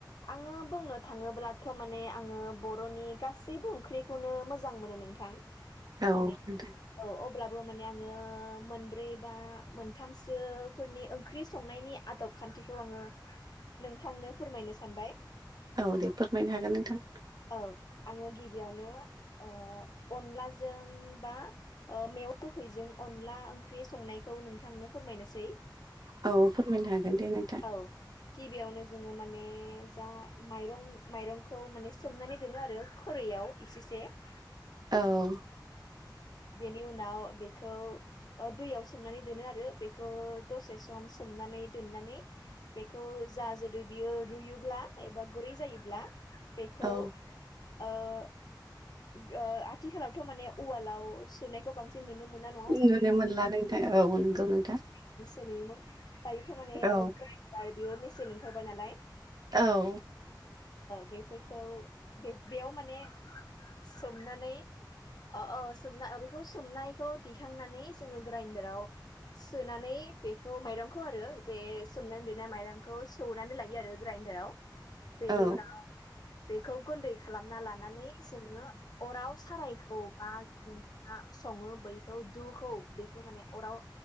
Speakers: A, on the left (about 60°); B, on the right (about 55°).
A: आंङो बुंनो थांङोब्लाथ' माने आंङो बर'नि गासैबो ओंख्रिखौनो मोजां मोनो नोंथां।
B: औ
A: माने
B: दे
A: औ अब्लाबो माने आंङो मोनब्रै बा मोनथामसोफोरनि ओंख्रि संनायनि आदब खान्थिखौ आंङो नोंथांनो फोरमायनो सानबाय
B: औ दे फोरमायनो हागोन नोंथां।
A: औ आंङो गिबियावनो ओ अनलाजों बा मेवा गोहैजों अनला ओंख्रि संनायखौ नोंथांनो फोरमायनोसै।
B: औ फोरमायनो हागोन दे नोंथां।
A: औ गिबियावनो जोंङो माने जा माइरं माइरंखौ माने सोमनानै दोनो आरो खुरैयाव। इसे से ‌
B: औ
A: बेनि उनाव बेखौ ओ दै याव सोमनानै दोनो आरो बेखौ दसे सम सोमनानै दोननानै बेखौ जा जुदै बियो रुयोब्ला एबा गुरै जायोब्ला बेखौ
B: औ
A: ओ आथिखालावथ' माने उवालाव सुनायखौ बांसिन नुनो मोना नंङा
B: नुनो
A: होनबा नोंथां?
B: मोनला नोंथां औ नंगौ नोंथां।
A: <unintelligible> दायोथ' माने
B: औ
A: ग्रेनडार बियो मेसेन ओंखारबाय नालाय
B: औ
A: बेफोरखौ बेयाव माने सोमनानै अ अ सोमनाय अ बेखौ सोमनायखौ दिखांनानै जोंङो ग्राइडाराव। सोनानै बेखौ माइरंखौ आरो बे सोमनानै दोननाय माइरंखौ सौनानै लायो आरो ग्राइडाराव बेनि
B: औ
A: उनाव बेखौ गुन्दै खालामना लानानै जोङो अराव सारायखौ बा सङो बैखौ दुखौ बेखौ माने अराव